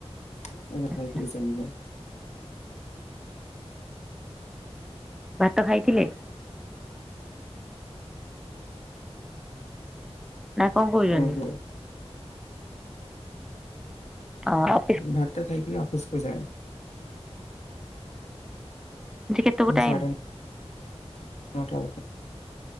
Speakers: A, on the left; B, in the centre.
A: <unintelligible>
B: ଆଚ୍ଛା ଭାତ ଖାଇଥିଲେ? ନା କଣ କହୁଛନ୍ତି?
A: ଆଜ୍ଞା
B: ଓ!
A: ଭାତ ଖାଇକିରି ଅଫିସକୁୁ ଯାଏ।
B: ଯେ କେତେକୁ
A: ହଁ
B: ଟାଇମ୍?
A: ସାଡ଼େ ନଟା ବେଳକୁ